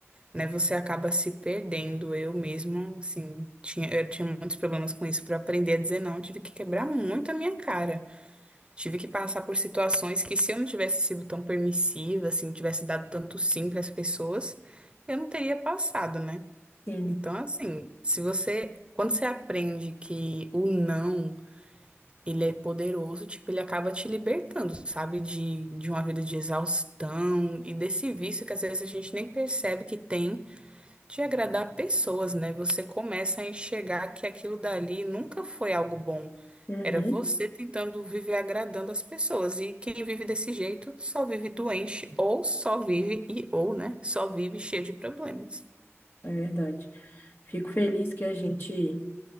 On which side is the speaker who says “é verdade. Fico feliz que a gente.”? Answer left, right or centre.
Left